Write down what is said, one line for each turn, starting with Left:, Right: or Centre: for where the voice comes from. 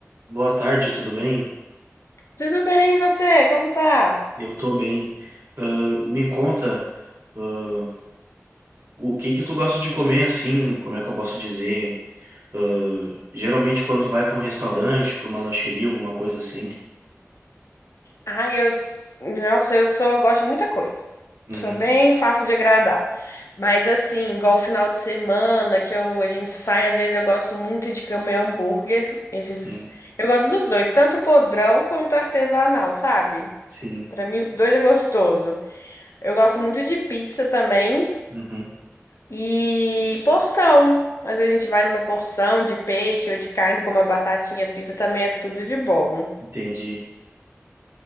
Right: Boa tarde, tudo bem?
Left: Tudo bem, e você? Como tá?
Right: Eu tô bem. Ah, me conta, ah, o que que tu gosta de comer assim? Como é que eu posso dizer? Ah, geralmente quando tu vai pra um restaurante, pra uma lancheria, alguma coisa assim.
Left: Ai, eu, s- nossa, eu sou, gosto de muita coisa.
Right: Uhum,
Left: Sou bem fácil de agradar. Mas assim, igual o final de semana que eu, a gente sai, às vezes eu gosto muito de comer hambúrguer. Esses,
Right: sim,
Left: eu gosto dos dois, tanto podrão quanto artesanal, sabe?
Right: sim.
Left: Pra mim os dois é gostoso. Eu gosto muito de pizza também
Right: Uhum,
Left: e porção. Às vezes a gente vai numa porção de peixe ou de carne com uma batatinha frita também é tudo de bom.
Right: entendi.